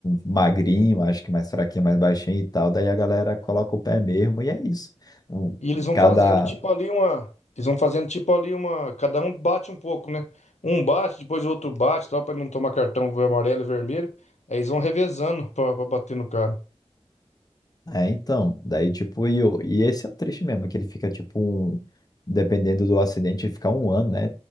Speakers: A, on the left; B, on the left.
A: magrinho, acho que mais fraquinho, mais baixinho e tal, daí a galera coloca o pé mesmo e é isso. Um-
B: E eles vão
A: cada
B: fazendo tipo ali uma. Eles vão fazendo tipo ali uma. Cada um bate um pouco, né? Um bate, depois o outro bate, tal, pra não tomar cartão amarelo e vermelho. Aí eles vão revezando pra, pra bater no cara.
A: É, então, daí tipo, e, o- e esse é o triste mesmo, que ele fica tipo, um- dependendo do acidente, ele fica um ano, né?